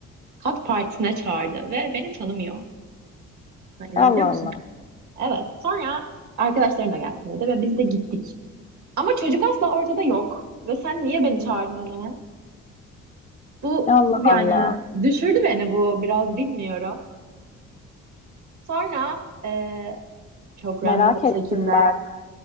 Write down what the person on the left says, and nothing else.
Allah
Allah.
Allah
Allah.
Merak
ettim
bak.